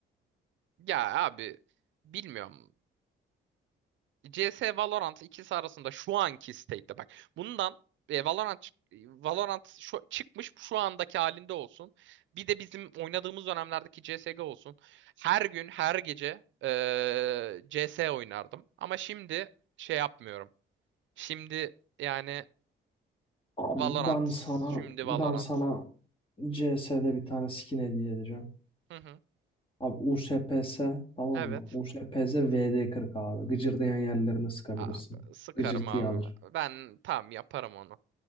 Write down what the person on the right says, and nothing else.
Ya abi bilmiyorum. CS Valorant ikisi arasında şu anki state'te bak. Bundan e, Valorant çık- Valorant şu, çıkmış şu andaki halinde olsun. Bir de bizim oynadığımız dönemlerdeki CS:GO olsun. Her gün, her gece e, CS oynardım. Ama şimdi şey yapmıyorum. Şimdi yani
Valorant.
Şimdi
Valorant.
Hı hı.
Evet.
Abi, sıkarım
abi.
Ben tam yaparım onu.